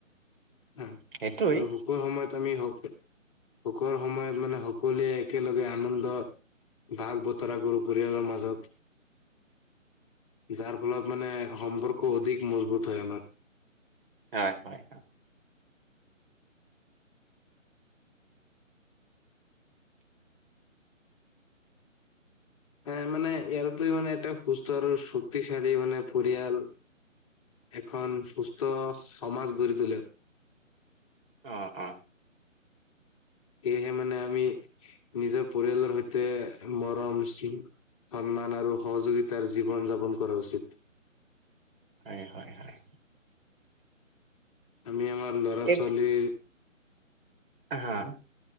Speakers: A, on the left; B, on the right.
A: হ,
B: সেইটোৱেই
A: ত, শুখুৰ সময়ত আমি হওক। শোকৰ সময়ত মানে সকলোৱে একেলগে আনন্দ ভাগ বতৰা কৰোঁ, পৰিয়ালৰ মাজত। যাৰ ফলত মানে সম্পৰ্ক অধিক মজবুত হয় আমাৰ।
B: হয় হয়।
A: এ মানে ইয়াৰ উপৰি মানে এটা সুস্থ আৰু শক্তিশালী মানে পৰিয়াল এখন সুস্থ সমাজ গঢ়ি তোলে।
B: অ অ।
A: সেয়েহে মানে আমি নিজৰ পৰিয়ালৰ সৈতে মৰম সন্মান আৰু সহযোগিতাৰ জীৱন যাপন কৰা উচিত।
B: হয় হয় হয়।
A: আমি আমাৰ ল'ৰা
B: এত-
A: ছোৱালী
B: হা